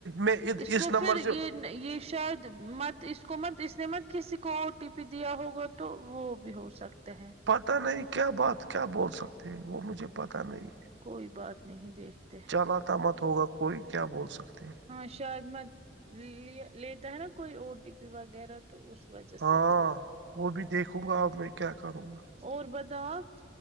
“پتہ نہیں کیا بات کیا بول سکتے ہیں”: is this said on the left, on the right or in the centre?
Right